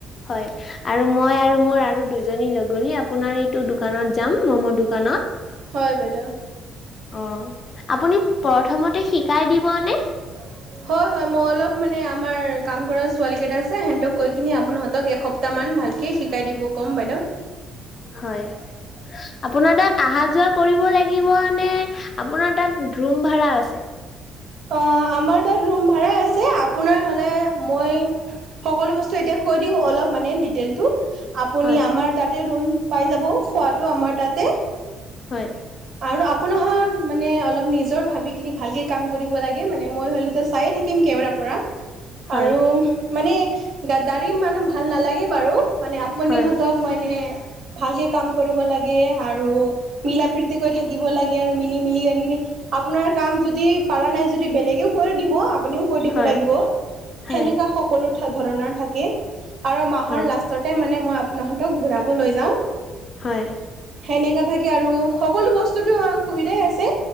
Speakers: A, on the left; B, on the right.
A: হয় আৰু মই আৰু মোৰ আৰু দুজ জনী লগৰী আপোনাৰ এইটো দোকানত যাম ম'ম' দোকানত।
B: হয় বাইদেউ।
A: অ আপুনি প্ৰথমতে শিকাই দিব নে?
B: <unintelligible> হয় হয় মই অলপ মানে আমাৰ কাম কৰা ছোৱালীকেইটা আছে সেহঁতক কৈ কিনি আপোনাহতক এসপ্তাহমান ভাল কে শিকাই দিব ক'ম বাইদেউ।
A: হয়। আপোনাৰ তাত আহা যোৱা কৰিব লাগিব নে, আপোনাৰ তাত ৰোম ভাড়া আছে?
B: অ আমাৰ তাত ৰোম ভাড়া আছে আপোনাৰ হলে মই সকলো বস্তু এতিয়া কৈ দিওঁ অলপ মানে ডিটেইলটো। আপুনি
A: হয়
B: আমাৰ তাতে ৰুম পাই যাব খোৱাটো আমাৰ তাতে
A: হয়।
B: আৰু আপোনাৰ‌হত মানে অলপ নিজৰ ভাবিকিনি ভালকে কাম কৰিব লাগে মানে মই হ'লেটো চায়ে থাকিম কেমেৰা পৰা
A: হয়
B: আৰু মানে গাদ্দাৰি মানুহ ভাল নালাগে বাৰু, মানে আপুনিহতক
A: হয়
B: মানে ভালকে কাম কৰিব লাগে আৰু মিলা প্ৰীতিকৈ থাকিব লাগে আৰু মিলি মিলি আনিকিনি আপোনাৰ কাম যদি পাৰা নাই যদি বেলেগ সিও কৰি দিব আপুনিও কৰি দিব
A: হয়
B: লাগিব।
A: হয়
B: সেনেকা সকলো ধ-ধৰণৰ থাকে আৰু মাহৰ
A: হয়।
B: লাষ্ট ছতে মানে মই আপোনহঁতক ঘূৰাব লৈ যাওঁ।
A: হয়।
B: সেনেকা থাকে আৰু সকলো বস্তুতো সুবিধাই আছে,